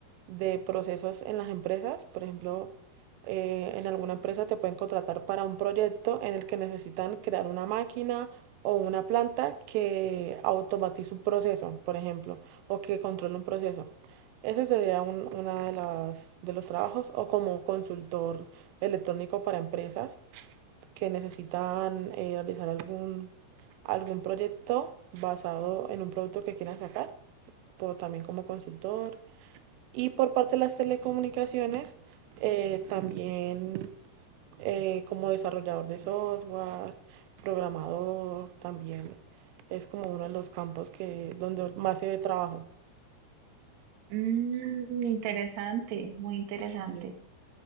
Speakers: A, on the right; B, on the right.
A: de procesos en las empresas. Por ejemplo, eh, en alguna empresa te pueden contratar para un proyecto en el que necesitan crear una máquina o una planta que automatice un proceso, por ejemplo, o que controle un proceso. Ese sería uno de, las- de los trabajos o como consultor electrónico para empresas que necesitan eh, realizar algún, algún proyecto basado en un producto que quieran sacar, pero también como consultor. Y por parte de las telecomunicaciones, eh, también eh, como desarrollador de software, programador, también es como uno de los campos que, donde más se ve trabajo.
B: Mm, interesante, muy interesante.
A: Sí,